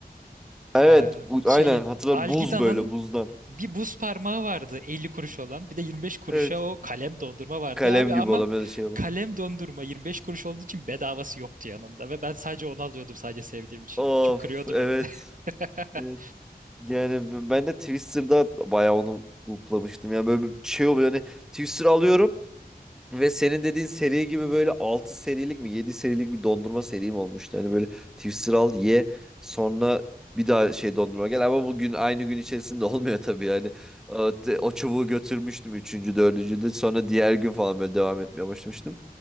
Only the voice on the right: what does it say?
Ee,
şeyin
Algida'nın
bir buz parmağı vardı 50 kuruş olan. Bir de 25 kuruşa
o kalem dondurma vardı
abi ama
kalem dondurma 25 kuruş olduğu için bedavası yoktu yanında ve ben sadece onu alıyordum sadece sevdiğim için.
Çok kırıyordu
beni. <laughs>